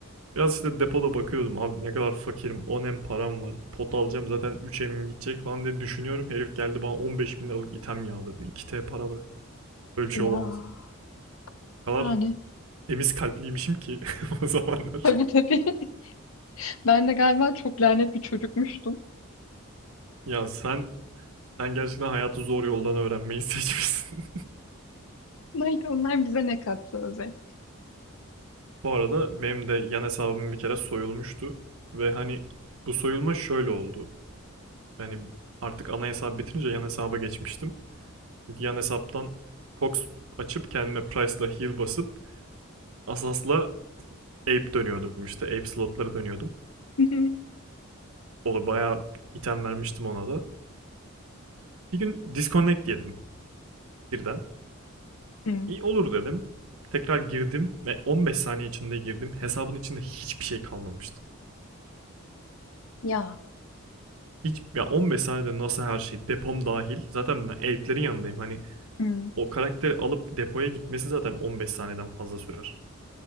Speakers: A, on the right; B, on the left.
A: Biraz işte depoda bakıyordum abi ne kadar fakirim 10M param var pot alacağım zaten üç emim gidecek falan diye düşünüyorum. Herif geldi bana 15 bin liralık item yağdırdı iki t para bıraktı. Böyle bir
B: Ya
A: şey olamaz. O kadar
B: yani
A: temiz kalpliymişim ki <laughs> o zamanlar.
B: tabii tabii. <laughs> Ben de galiba çok lanet bir çocukmuştum.
A: Ya sen sen gerçekten hayatı zor yoldan öğrenmeyi seçmişsin.
B: Neydi onlar bize ne kattı özel.
A: <laughs> Bu arada benim de yan hesabım bir kere soyulmuştu. Ve hani bu soyulma şöyle oldu. Yani artık ana hesap bitirince yan hesaba geçmiştim. Çünkü yan hesaptan Cox açıp kendime Price'la heal basıp Asas'la Ape dönüyordum işte. Ape slotları dönüyordum.
B: <laughs>
A: Onu bayağı item vermiştim ona da. Bir gün disconnect yedim birden.
B: Hı.
A: İyi olur dedim. Tekrar girdim ve 15 saniye içinde girdim. Hesabın içinde hiçbir şey kalmamıştı.
B: Ya
A: Hiç ya 15 saniyede nasıl her şey depom dahil. Zaten ben Ape'lerin yanındayım. Hani
B: hı.
A: o karakteri alıp depoya gitmesi zaten 15 saniyeden fazla sürer.